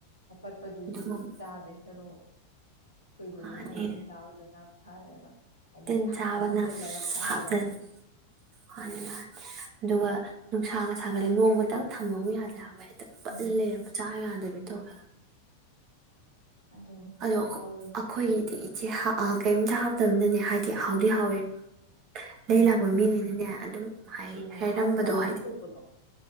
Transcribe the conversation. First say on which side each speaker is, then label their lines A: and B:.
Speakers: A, on the left (about 75°); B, on the right (about 35°).
A: ꯀꯣꯠꯄꯗꯨꯗꯤ
B: ꯑꯗꯨꯒꯨꯝꯕ
A: ꯆꯥꯗꯣꯏ ꯁꯔꯨꯛ ꯈꯨꯣꯏꯕꯗꯨꯅ
B: ꯃꯥꯅꯤ
A: ꯇꯤꯟ ꯆꯥꯕꯗꯨꯅ ꯐꯔꯦꯕ ꯍꯥꯏꯗꯤ
B: ꯇꯤꯟ
A: ꯍꯥꯔꯗꯣ
B: ꯆꯥꯕꯅ
A: ꯍꯥꯞꯆꯤꯜꯂꯒ ꯐꯍꯜꯂꯅꯤ
B: ꯍꯥꯞꯆꯩꯅꯤ ꯃꯥ ꯑꯗꯨꯒ ꯅꯨꯡꯁꯥꯒ ꯁꯥꯒꯗꯤ ꯅꯣꯡꯃꯇꯪ ꯊꯝꯕꯕꯨ ꯌꯥꯗꯦ ꯌꯥꯕ ꯍꯥꯏ ꯄꯠꯂ
A: ꯎꯝ
B: ꯂꯩꯔ ꯆꯥ ꯌꯥꯗꯕꯤ
A: ꯎꯝ
B: ꯇꯧꯋꯦ
A: ꯑꯗꯨꯅꯤ
B: ꯑꯗꯣ
A: ꯇꯧꯔꯤꯁꯦ
B: ꯑꯩꯈꯣꯏꯒꯤꯗꯤ ꯁꯤ ꯀꯩꯝꯇ ꯍꯥꯞꯇꯕꯅꯅꯦ ꯍꯥꯏꯦ ꯀꯦ ꯍꯥꯎꯗꯤ ꯍꯥꯎꯋꯦ
A: ꯎꯝ
B: ꯂꯩ
A: ꯎꯝ
B: ꯂꯥꯛꯄ ꯃꯤꯅꯦꯅꯅꯦ ꯑꯗꯨꯝ ꯍꯥꯏ
A: ꯑꯗꯨꯅꯤ
B: ꯍꯥꯏꯔꯝꯕꯗꯣ
A: ꯃꯍꯥꯎ ꯇꯣꯉꯥꯟꯅ
B: ꯍꯥꯏꯗꯤ
A: ꯊꯣꯛꯄꯗꯣ